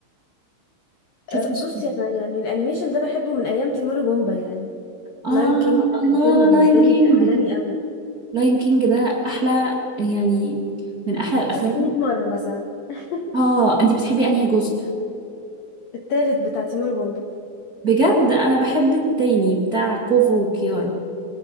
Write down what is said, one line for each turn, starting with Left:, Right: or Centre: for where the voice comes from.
Right: شفتي
Left: أه، بصي انا يعني الانيميشن ده بحبه من ايام تيمون وبومبا يعني
Right: اه
Left: لاين كينج ده
Right: الله
Left: كان فيلم بالنسبه
Right: لاين
Left: لي
Right: كينج
Left: عالمي قوي
Right: لاين كينج ده احلى يعني من احلى الافلام
Left: شفته 100 مره مثلا <laughs>
Right: اه انتي بتحبي انهي جزء
Left: التالت بتاع تيمون وبومبا
Right: بجد انا بحب التاني بتاع كوفو وكيارا